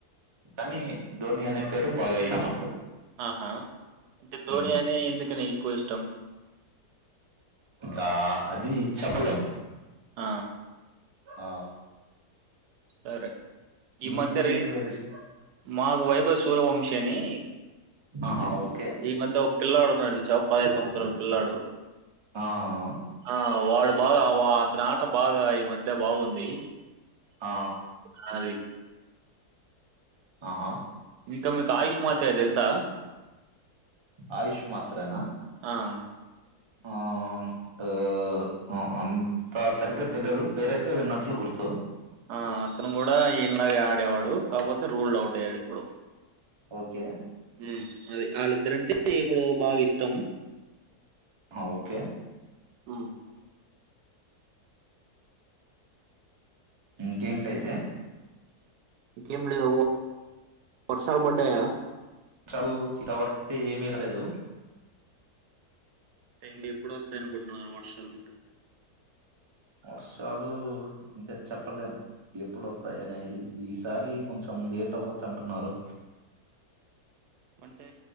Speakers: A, on the right (about 35°); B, on the right (about 85°).
A: కానీ ధోని అనే పేరు బాగా ఇష్టం.
B: ఆహా అంటే ధోని
A: హ్మ్.
B: అనే ఎందుకని ఎక్కువ ఇష్టం.
A: ఇంకా అది చెప్పలేం,
B: ఆ
A: ఆ
B: సరే ఈ
A: మీకు
B: మధ్య రేస్
A: ఏం పేరు ఇష్
B: మాకు వైభవ్ సూర్యావంశిని,
A: ఆహా ఓకే
B: ఈ మధ్య ఒక పిల్లాడున్నాడు చ పదిైవేను సంవత్సరాల పిల్లాడు.
A: ఆ
B: ఆ వాడు బాగా వా అతని ఆట బాగా ఈ మధ్య బాగుంది
A: ఆ
B: నాది
A: ఆహా
B: ఇంకా మీకు ఆయుష్ మత్తయి తెల్సా
A: ఆయుష్ మాత్రనా
B: అ అ
A: ఆ ఆ ఆ అంత సరిగ్గా తెలియదు పేరయితే విన్నట్లు గుర్తు
B: ఆ అతను కూడా ఈయనలాగే ఆడేవాడు కాకపోతే రూల్ అవుట్ అయ్యాడు ఇప్పుడు
A: ఓకే
B: ఉ అది ఆళ్ళిద్దరంటే ఇప్పుడు బాగా ఇష్టం
A: ఆ ఓకే
B: ఉ
A: ఇంకేంటైతే
B: ఇంకేం లేవు వర్షాలు పడ్డాయా
A: చాల్ ఇదివరైతే ఏమిీరలేదు
B: ఇంకా ఇప్పుడు వస్తాయి అనుకుంటున్నారు వర్షాలు మీకు
A: వర్షాలు అంటే చెప్పలేము ఎప్పుడుొస్తాయి అనేది ఈసారి కొంచెం లేట్ అవ్వచ్చు అంటున్నారు
B: అంటే